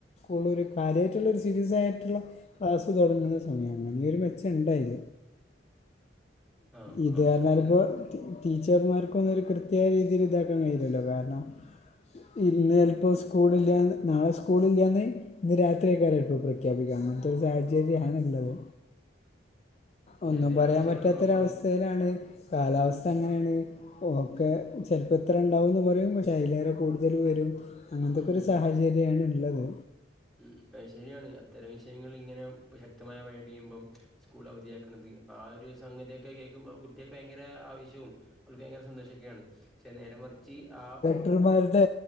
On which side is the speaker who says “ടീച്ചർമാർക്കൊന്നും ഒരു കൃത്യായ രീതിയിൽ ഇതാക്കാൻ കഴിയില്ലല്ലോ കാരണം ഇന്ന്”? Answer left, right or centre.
Left